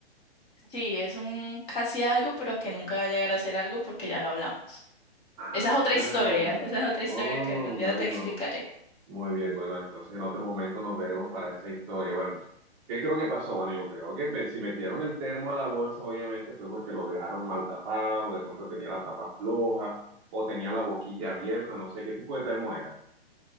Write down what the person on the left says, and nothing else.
Sí, es un casi algo, pero que nunca va a llegar a ser algo porque ya lo hablamos.
Esa es otra historia, esa es otra historia
que algún día
te explicaré.